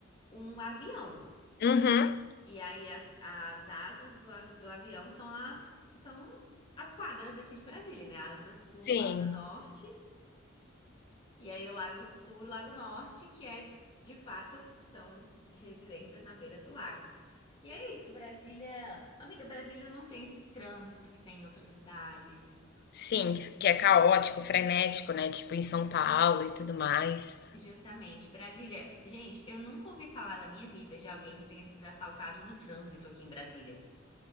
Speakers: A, on the left; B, on the left.
A: um avião.
B: Uhum.
A: E aí as, as asas do, av- do avião são as são as quadras daqui de Brasília, né? Asa Sul,
B: Sim.
A: Asa Norte, e aí o Lago Sul e Lago Norte, que é de fato são residências na beira do lago. E é isso, Brasília. Amiga, Brasília não tem esse trânsito que tem em outras cidades.
B: Sim, que que é caótico, frenético, né, tipo em São Paulo e tudo mais.
A: Justamente, Brasília. Gente, eu nunca ouvi falar na minha vida de alguém que tenha sido assaltado no trânsito aqui em Brasília.